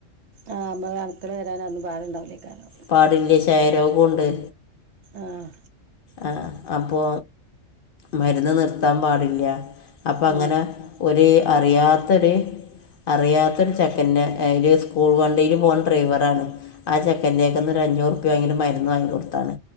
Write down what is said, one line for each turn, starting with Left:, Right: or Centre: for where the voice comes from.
Right: ആഹ് നമ്മള് അണുക്കള് വരാൻ അതൊന്ന് ഭാര ഉണ്ടാകൂലൈ കാരം.
Left: പാടില്ല ക്ഷായരോഗണ്ട്.
Right: ആഹ
Left: ആ അപ്പോ മരുന്ന് നിർത്താൻ പാടില്ല അപ്പ
Right: ആ
Left: അങ്ങനെ ഒരു അറിയാത്തൊരു അറിയാത്തരു ച പിന്നെ അയ്ല് സ്കൂൾ വണ്ടീൽ പോണെഡ്രൈവറണ് ആ ചക്കൻ്റെക്കന്നൊ ഒരു അഞ്ഞൂറ്പ്യ വാങ്ങി മരുന്ന് വാങ്ങി കൊടുത്താണ്